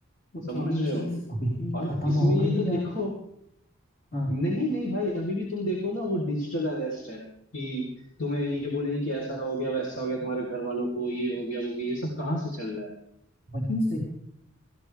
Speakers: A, on the left; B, on the left.
A: तो
B: समझ
A: क्या ये
B: रहे
A: चीज
B: हो
A: अभी भी
B: और
A: खत्म
B: इसमें
A: हो
B: ये
A: गई
B: तो
A: या
B: देखो
A: हाँ
B: नहीं नहीं भाई अभी भी तुम देखो ना वो डिजिटल अरेस्ट है कि तुम्हें ये बोलेंगे कि ऐसा हो गया वैसा हो गया तुम्हारे घर वालों को ये हो गया वो हो गया ये सब कहाँ से चल रहा है
A: वहीं से